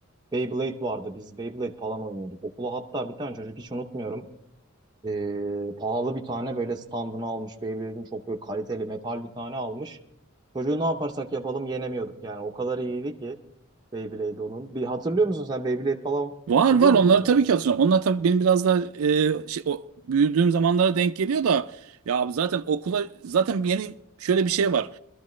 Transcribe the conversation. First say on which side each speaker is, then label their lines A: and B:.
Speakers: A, on the right; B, on the right.
A: Beyblade vardı. Biz Beyblade falan oynuyorduk. Okula hatta bir tane çocuk hiç unutmuyorum. Ee, pahalı bir tane böyle standını almış. Beyblade'in çok böyle kaliteli metal bir tane almış. Çocuğu ne yaparsak yapalım yenemiyorduk yani. O kadar iyiydi ki. Beyblade onun. Bir hatırlıyor musun sen Beyblade falan
B: Var
A: biliyor
B: var
A: musun
B: onları
A: abi?
B: tabii ki hatırlıyorum. Onlar tabii benim biraz daha e, şey, o, büyüdüğüm zamanlara denk geliyor da ya abi zaten okula zaten yeni şöyle bir şey var.